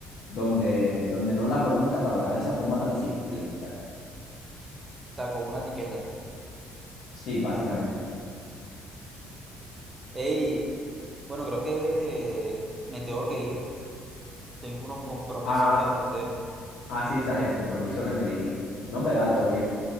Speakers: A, on the left (about 70°); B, on the right (about 20°).
A: donde, donde no la podemos catalogar de esa forma tan simplista.
B: Está con una etiqueta.
A: Sí, básicamente.
B: Ey, bueno, creo que me tengo que ir. Tengo unos compromisos
A: Ah,
B: que atender.
A: ah, sí, Saje, el compromiso que me dijiste. No, hombre, dale, todo bien.